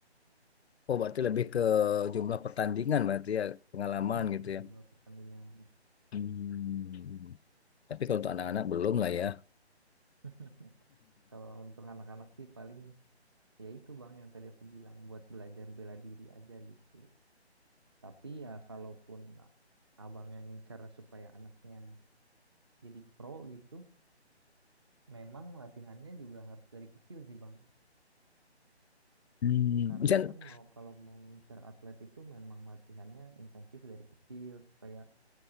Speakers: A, on the left (about 70°); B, on the right (about 25°).
A: oh berarti lebih ke jumlah pertandingan berarti ya pengalaman
B: Mm-mm,
A: gitu ya
B: di mulai pertandingan.
A: hmm. tapi kalau untuk anak-anak belum lah ya <laughs>
B: <laughs> Kalau untuk anak-anak sih paling ya itu bang yang tadi aku bilang buat belajar bela diri aja gitu tapi ya kalaupun abang yang ngincar supaya anaknya jadi pro gitu memang latihannya juga harus dari kecil sih bang
A: Hmm,
B: karena
A: Jan,
B: kan mau kalau mau ngincar atlet itu memang latihannya intensif dari kecil supaya